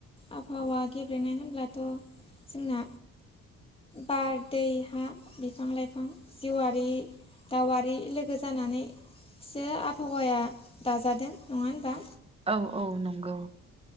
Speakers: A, on the left; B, on the right.
A: आबहावा गेब्रेंनाय होनब्लाथ' जोंना बार, दै, हा बिफां -लाइफां जिउआरि <unintelligible> लोगो जानानैसो आबहावाया दाजादों नङा होनबा?
B: औ औ नंगौ।